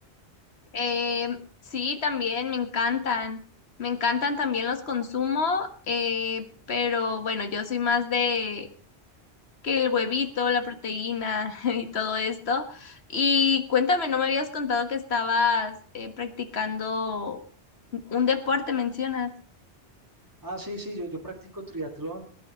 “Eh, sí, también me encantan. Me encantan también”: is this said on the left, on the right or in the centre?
Left